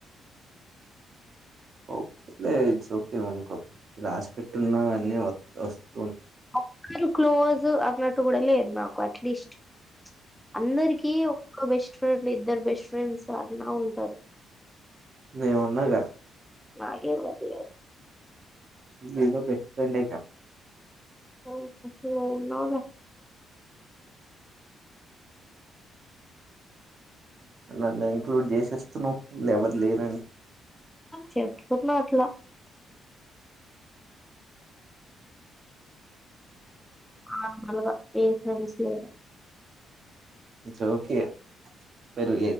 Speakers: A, on the right (about 45°); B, in the centre.
A: ఓకేలే ఇట్స్ ఓకే ఇంకో రాసి పెట్టున్నా అన్నీ వ వస్థ
B: అప్ప క్లోజ అన్నట్టు కూడా లేద్ మాకు అట్లీస్ట్ అందరికి ఒక్క బెస్ట్ ఫ్రెండ్ ఇద్దరు బెస్ట్ ఫ్రెండ్స్ అన్నా ఉంటారు
A: నేమున్నాగా
B: నాకెవరు లేరు
A: నేను బెస్ట్ ఫ్రెండ్ గా
B: ఓహో నువ్వున్నావులే
A: నన్ను ఇంక్లూడ్ చేసేస్తున్నావ్ ఎవరు లేరని
B: చెప్తున్నా అట్లా ఆ నలుగా ఏ ఫ్రెండ్స్ లేరు
A: ఇట్స్ ఓకే మరి